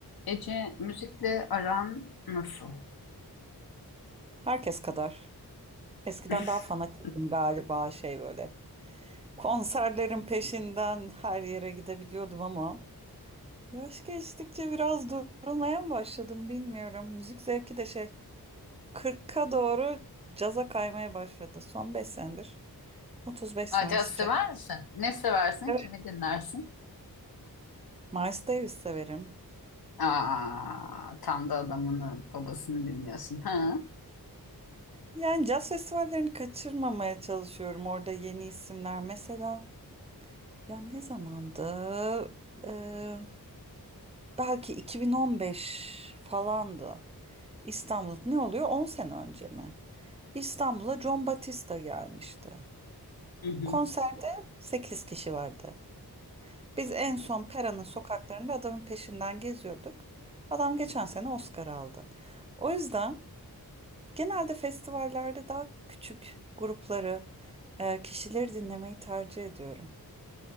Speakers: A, on the left; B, on the right.
A: Ece, müzikle aran nasıl?
B: Herkes kadar. Eskiden
A: <laughs>
B: daha fanatiktim galiba şey böyle. Konserlerin peşinden her yere gidebiliyordum ama yaş geçtikçe biraz durulmaya mı başladım bilmiyorum. Müzik zevki de şey 40'a doğru caza kaymaya başladı son 5 senedir. 35
A: Aa,
B: sonrası
A: caz sever
B: caz.
A: misin? Ne seversin?
B: Evet.
A: Kimi dinlersin?
B: Miles Davis severim.
A: Aa, tam da adamını, babasını dinliyorsun. Ha? <laughs>
B: Yani caz festivallerini kaçırmamaya çalışıyorum. Orada yeni isimler mesela Ya ne zamandı? Eee, belki 2015 falandı. İstanbul ne oluyor? 10 sene önce mi? İstanbul'a John Batista gelmişti.
A: Hı hı.
B: Konserde 8 kişi vardı. Biz en son Pera'nın sokaklarında adamın peşinden geziyorduk. Adam geçen sene Oscar aldı. O yüzden genelde festivallerde daha küçük grupları, eee, kişileri dinlemeyi tercih ediyorum.